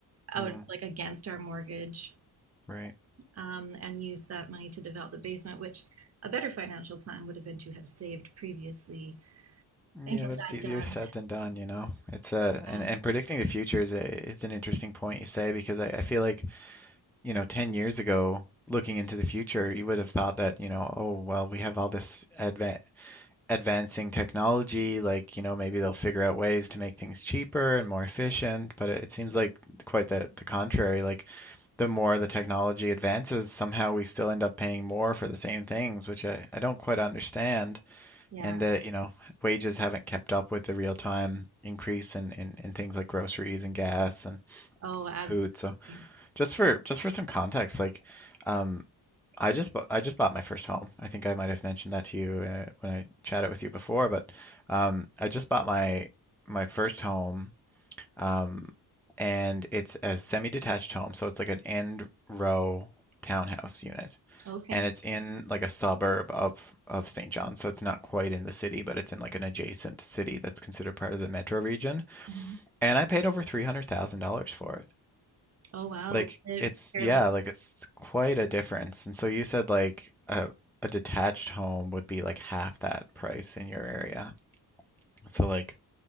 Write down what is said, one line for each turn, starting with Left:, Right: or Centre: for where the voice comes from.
Right: out,
Centre: Mm,
Right: like against our mortgage
Centre: right.
Right: um, and use that money to develop the basement, which a better financial plan would have been to have saved previously and
Centre: Yeah,
Right: get
Centre: but
Right: that
Centre: it's easier
Right: done.
Centre: said than done, you know. It's uh and,
Right: Uh,
Centre: and predicting the future is a, it's an interesting point you say because I, I feel like, you know, 10 years ago, looking into the future, you would have thought that, you know, oh, well, we have all this adva advancing technology, like, you know, maybe they'll figure out ways to make things cheaper and more efficient, but it, it seems like quite the the contrary. Like the more the technology advances, somehow we still end up paying more for the same things, which I, I don't quite understand
Right: yeah.
Centre: and that, you know, wages haven't kept up with the real-time increase in, in, in things like groceries and gas and
Right: Oh, absolutely.
Centre: food. So just for just for some context, like um, I just bought, I just bought my first home. I think I might have mentioned that to you uh, when I chatted with you before, but um, I just bought my my first home, um, and it's a semi-detached home, so it's like an end row townhouse unit
Right: Okay.
Centre: and it's in like a suburb of of St. John, so it's not quite in the city, but it's in like an adjacent city that's considered part of the metro region.
Right: Mhm.
Centre: And I paid over $300,000 for it.
Right: Oh, wow.
Centre: Like
Right: It
Centre: it's
Right: fairly.
Centre: yeah, like it's quite a difference. And so you said like a a detached home would be like half that price in your area. So like